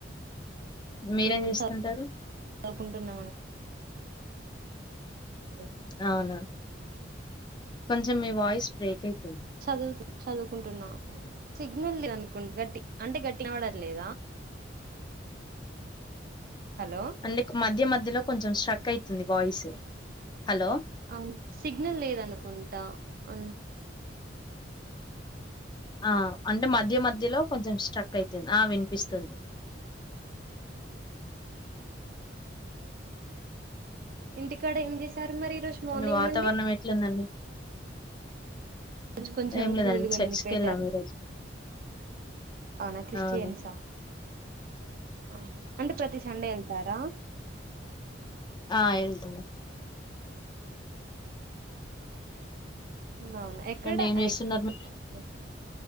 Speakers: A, on the left (about 25°); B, on the right (about 50°).
A: మీరేం
B: మేము
A: జేస్తుంటారు
B: చదువుకుంటున్నామండి అ
A: అవునా కొంచెం మీ వాయ్స్ బ్రేక్ అయితొ
B: చదువుతూ చదువుకుంటున్నా సిగ్నల్ లేద్ అనుకుం గట్టి అంటే గట్టిగినవడట్లేదా హలో
A: అండి మధ్య మధ్యలో కొంచెం స్టక్ కైతుంది వాయిస్ హలో
B: ఆమ్ సిగ్నల్ లేదనుకుంటా అన్
A: ఆ అంటే మధ్య మధ్యలో కొంచెం స్ట్రక్ అయితుంది ఆ వినిపిస్తుంది
B: ఇంటికాడ ఏం జేస్ సార్ మరి ఈరోజు మార్నింగ్
A: కానీ వాతావరణం
B: నుండి
A: ఎట్లుందండి
B: రోజ్ కొంచెం
A: ఏం లేదండి
B: కూల్గుంది
A: చర్చికి
B: బెటర్
A: వెళ్ళాము ఈరోజు
B: ఔన క్రిస్టియన్సా
A: అవును
B: ఆ అంటే ప్రతి సండే యెళ్తారా
A: ఆ ఎల్థం
B: అవునా ఎక్కడ
A: రండి ఏం చేస్తున్నారు
B: ఏక్
A: మీరు
B: ఓకే